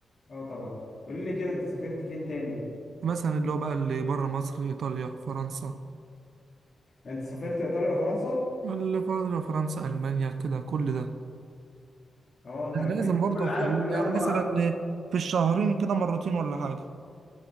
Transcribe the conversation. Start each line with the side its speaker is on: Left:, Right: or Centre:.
Left: اه طبعا قول لي كده انت سافرت فين تاني
Right: مثلا اللي هو بقى اللي بره مصر ايطاليا فرنسا
Left: انت سافرت ايطاليا وفرنسا
Right: اللي بره فرنسا المانيا كده كل ده
Left: اه انت
Right: لازم
Left: لفيت دول
Right: برضه
Left: العالم
Right: في-
Left: كلها
Right: يعني
Left: بقى
Right: مثلا في الشهرين كده مرتين ولا حاجة